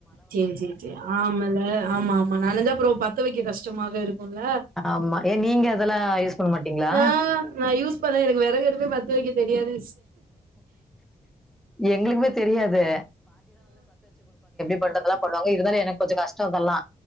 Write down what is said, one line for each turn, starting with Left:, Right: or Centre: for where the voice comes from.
Right: சேரி சேரி சேரி ஆமல ஆமா ஆமா நனஞ்சா அப்புற பத்த வக்க கஷ்டமாக இருக்கு ல
Centre: ஆமா. ஏன் நீங்க அதெல்லாம் யூஸ் பண்ண மாட்டீங்களா?
Right: அ நா யூஸ் பண்ணே எனக்கு வெறகடுப்பே பத்த வக்க தெரியாது
Centre: எங்களுக்குமே தெரியாது. பண்றதல்லா பண்ணுவங்க இருந்தாலு எனக் கொஞ்ச கஷ் சோ அதல்லா